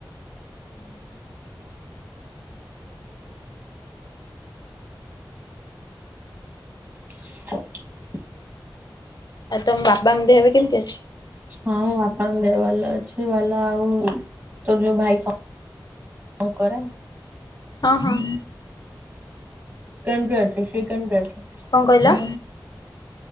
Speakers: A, on the left; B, on the right.
A: ହୁଁୁ
B: <inaudible>
A: ଆଉ ତମ ବାପାଙ୍କଙ ଦେହ ହେବେ କେମିତି ଅଛି?
B: ହଁଁ ବାପାଙ୍କ ଦେହ ଭଲ ଅଛି ଭଲ ଆଉ ତୋର ଯୋଉ ଭାଇ ଆଉ କର।
A: ଓଁହଁ।
B: କେମିତି ଅଛି ସେ କେମିତି ଅଛି?
A: କଣ କହିଲ?